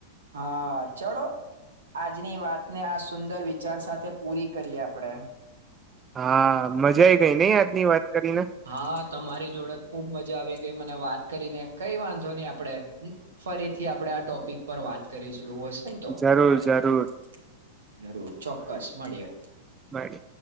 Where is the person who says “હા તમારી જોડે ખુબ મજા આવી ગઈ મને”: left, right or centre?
Right